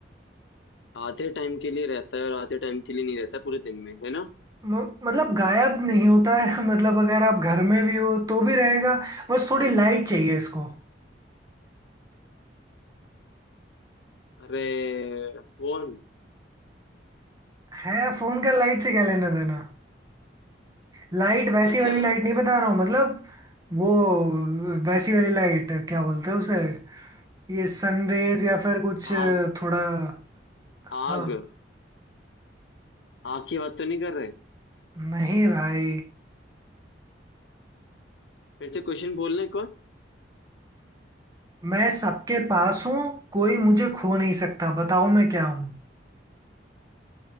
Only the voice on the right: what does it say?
म- मतलब गायब नहीं होता है <laughs> मतलब अगर आप घर में भी हो तो भी रहेगा बस थोड़ी लाइट चाहिए इसको
है फोन का लाइट से क्या लेना देना लाइट
वैसी
वाली लाइट
नहीं बता
रहा हूँ मतलब वो वैसी वाली लाइट क्या बोलते हैं उसे ये सनरेज या फिर कुछ
थोड़ा हाँ
नहीं भाई
मैं सबके पास हूँ कोई मुझे खो नहीं सकता बताओ मैं क्या हूँ